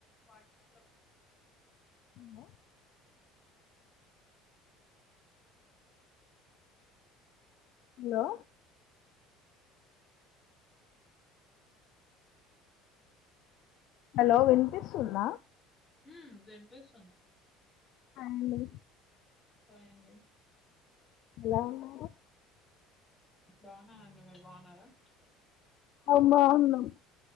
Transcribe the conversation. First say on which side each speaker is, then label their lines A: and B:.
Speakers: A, on the left; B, on the left.
A: వన్ నోటిలో పేట్
B: హలో హలో హలో వినిపిస్తుంద
A: మ్మ్ వినిపిస్తుంది.
B: హాయ్ అండి
A: హాయండి.
B: ఎలా ఉన్నారు.
A: బాగున్ననండి మీరు బాగున్నారా
B: అవుమా అవును.